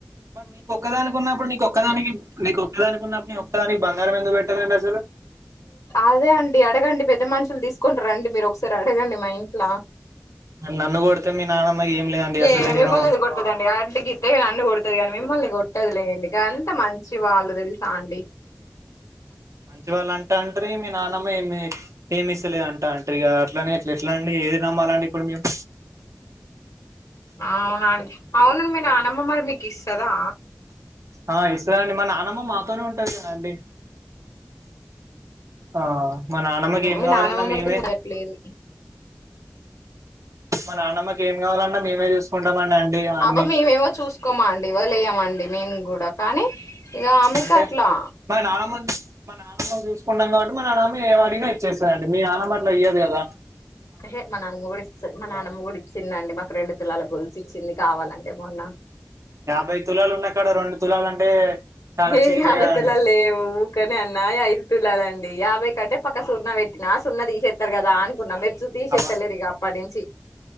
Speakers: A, on the right; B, on the left.
A: మరి నీకొక్కదానికున్నప్పుడు నీకొక్కదానికి నీకు నీ ఒక్కదానికి బంగారం ఎందుకు పెట్ ట రండి అస్సలు
B: అదే అండి అడగండి పెద్ద మనుషులు తీసుకొనిరండి మీరు ఒకసారి అడగండి. మా ఇంట్ల
A: నన్ను కొడితే మీ నానమ్మకి ఏం లేదండి అసలే
B: ఏ
A: నేను
B: మిమ్మల్ని ఎందుకు కొడుతదండి అడ్గితే అండు కొడుతది. గానీ మిమ్మల్ని కొ టదులేండి ఇగ అంత మంచి వాళ్ళు తెలుసా అండి.
A: మంచివాళ్ళు అంటాండ్రి మీ నాన్న మేమే ఏమిస్తలేదు అంటా ఇగా అట్లానే అట్లా ఎట్లా అండి ఏది నమ్మాలండి. ఇప్పుడు మేము
B: అవునా అండి అవును మీ నానమ్మ మరి మీకు ఇస్తదా.
A: ఆ ఇస్తదండి మా నానమ్మ మా ఉంటాది కదా అండి. ఆ మా నానమ్మకి ఏం
B: మీ
A: కావాలన్నా
B: నానమ్మ
A: మేమే
B: మరి ఇయ్యట్లేదు
A: మా నానమ్మకి ఏం కావాలన్నా మేమే చూసుకుంటాము. అండి అన్ని
B: అబ్బా మేమేమో చూసుకోమ అండి. వదిలేయమండి మేము కూడా కానీ ఇగ ఆమెకి
A: అంటే
B: అట్లా
A: మరి నానమ్మ మ నానమ్మ చూసుకుంటా కాబట్టి మా నానమ్మ ఏం అడిగిన ఇచ్చేసాది మీ నాన్న అట్ల ఇయ్యదు కదా.
B: హే హే మా నానమ్మ కూడా ఇస్తది మా నానమ్మ గు ఇచ్చిందండి. మాకు రెండు తులాల గొల్స్ ఇచ్చింది కావాలంటే మొన్న
A: యాభై తులాలు ఉన్నాక్కడ రెండు తులాలు అంటే చాలా
B: ఏ
A: చీపే
B: యాభై
A: కదా
B: తులాలు
A: అండి
B: లేవు ఊ కనే అన్న ఈ లదండి యాభై కంటే పక్క సున్నా పెట్టినా ఆ సున్న దిచెస్తారు కదా అనుకున్నాన్న మీరు తిసేత
A: అబ
B: లేరు ఇగ అపడించి